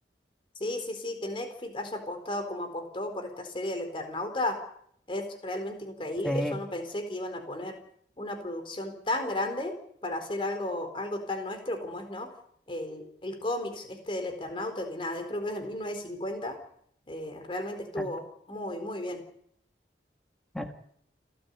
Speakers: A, on the left; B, in the centre.
A: Sí, sí, sí, que Netflix haya apostado como apostó por esta serie del Eternauta es realmente increíble.
B: Sí,
A: Yo no pensé que iban a poner una producción tan grande para hacer algo, algo tan nuestro como es, ¿no? El, el cómics este del Eternauta, que nada, creo que es de 1950. eh, realmente estuvo
B: claro,
A: muy, muy bien.
B: claro.